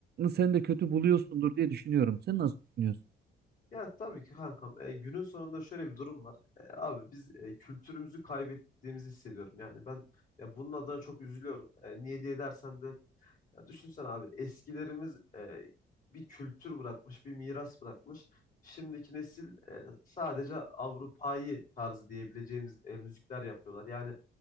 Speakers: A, on the right; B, on the left.
A: sen de kötü buluyorsundur diye düşünüyorum. Sen nasıl düşünüyorsun?
B: Ya tabii ki kankam e, günün sonunda şöyle bir durum var. E, abi biz e, kültürümüzü kaybettiğimizi hissediyorum. Yani ben ya bunun adına çok üzülüyorum. E, niye diye dersen de ya düşünsene abi eskilerimiz e, bir kültür bırakmış, bir miras bırakmış. Şimdiki nesil e, sadece Avrupa'yı tarzı diyebileceğimiz e, müzikler yapıyorlar. Yani